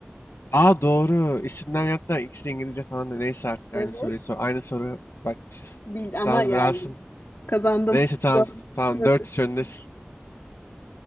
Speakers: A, on the left; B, on the left.
A: Aa doğru. İsimler hatta ikisi İngilizce falan da. Neyse artık
B: evet.
A: aynı soruyu sor. Aynı soru bakmışız.
B: Bil ama
A: Tamam
B: yani
A: durasın.
B: kazandım.
A: Neyse tamam.
B: Dört.
A: s- Tamam
B: Dört.
A: 4-3 öndesin.